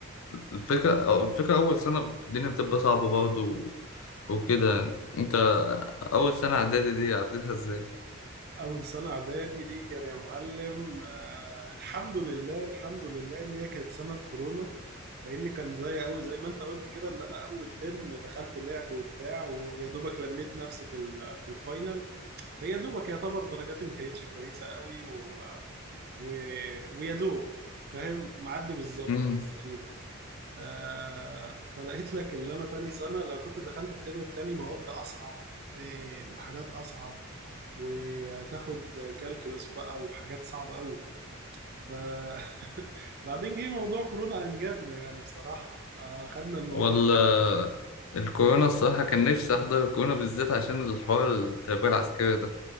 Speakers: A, on the left (about 70°); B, on the right (about 45°).
A: الفكرة أو الفكرة أول سنة الدنيا بتبقى صعبة برضه و... وكده يعني. أنت أول سنة إعدادي دي عديتها إزاي؟
B: أول سنة إعدادي دي كان يا معلم آه الحمد لله الحمد لله إن هي كانت سنة كورونا لأن كان زي أول زي ما أنت قلت كده إن أنا أول ترم دخلت لعب وبتاع ويا دوبك لميت نفسي في ال- في الفاينل فيا دوبك يعتبر درجاتي ما كانتش كويسة قوي و... و... ويا دوب فاهم معدي بالظبط
A: مم.
B: تقريبا آه، فلقيت لك اللي انا تاني سنه لو كنت دخلت الترم التاني مواد اصعب و- وحاجات اصعب وتاخد كالكولس بقى وحاجات صعبه قوي ف <laughs> بعدين جه موضوع كورونا انجدنا يعني بصراحه آه، خدنا الموضوع
A: ولا الكورونا الصراحة كان نفسي أحضر الكورونا بالذات عشان الحوار التربية العسكرية ده